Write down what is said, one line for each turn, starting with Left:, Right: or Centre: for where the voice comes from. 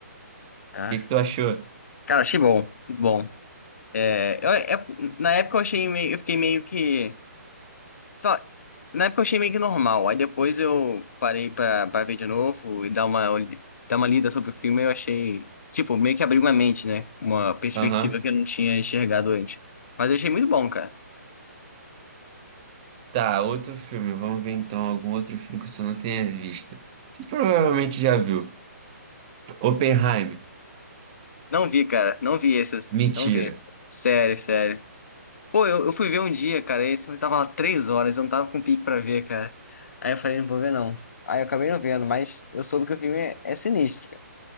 Left: já.
Right: O que que tu achou?
Left: Cara, achei bom, muito bom. É, eu- é- na época eu achei meio, eu fiquei meio que, sei lá, Na época eu achei meio que normal. Aí depois eu parei pra, pra ver de novo e dar uma, olh- dar uma lida sobre o filme. Eu achei, tipo, meio que abriu uma mente, né? Uma perspectiva
Right: Aham.
Left: que eu não tinha enxergado antes. Mas eu achei muito bom, cara.
Right: Tá, outro filme. Vamos ver então algum outro filme que você não tenha visto. Você provavelmente já viu. Oppenheimer.
Left: Não vi, cara. Não vi esse.
Right: Mentira.
Left: Não vi. Sério, sério. Pô, eu, eu fui ver um dia, cara. Esse filme tava lá três horas. Eu não tava com pique pra ver, cara. Aí eu falei, não vou ver, não. Aí eu acabei não vendo, mas eu soube que o filme é, é sinistro, cara.